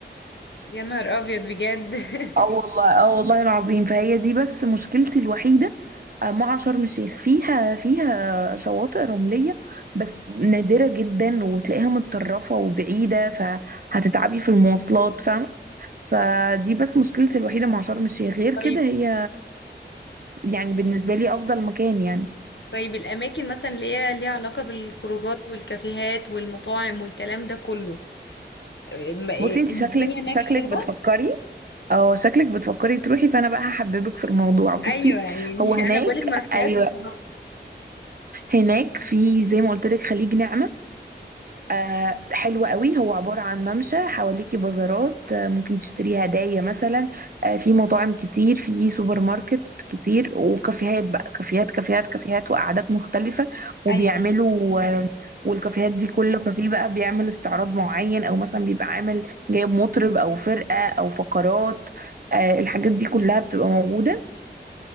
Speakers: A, on the left; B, on the right.
A: يا نهار ابيض بجد <laughs>
B: اه والله اه والله العظيم فهي دي بس مشكلتي الوحيدة آه، مع شرم الشيخ فيها فيها شواطئ رملية بس نادرة جدا وتلاقيها متطرفة وبعيدة فهتتعبي في المواصلات فاهمة فدي بس مشكلتي الوحيدة مع شرم الشيخ غير كده
A: طيب
B: هي يعني بالنسبة لي أفضل مكان يعني
A: طيب الأماكن مثلا اللي هي ليها علاقة بالخروجات والكافيهات والمطاعم والكلام ده كله أه، ما- إيه،
B: بصي انت
A: الدنيا
B: شكلك
A: هناك
B: شكلك
A: حلوة
B: بتفكري اه شكلك بتفكري تروحي فانا بقى هحببك في الموضوع بصي
A: أيوة يعني
B: هو هناك
A: <laughs> أنا بقولك ما رحتهاش
B: ايوه
A: بصراحة
B: هناك في زي ما قلت لك خليج نعمة آه حلو قوي هو عبارة عن ممشى حواليكي بازارات آه ممكن تشتري هدايا مثلا آه في مطاعم كتير في سوبر ماركت كتير وكافيهات بقى كافيهات كافيهات كافيهات وقعدات مختلفة وبيعملوا
A: أيوة
B: آه والكافيهات دي كل كافيه بقى بيعمل استعراض معين او مثلا بيبقى عامل جايب مطرب او فرقة او فقرات آه الحاجات دي كلها بتبقى موجودة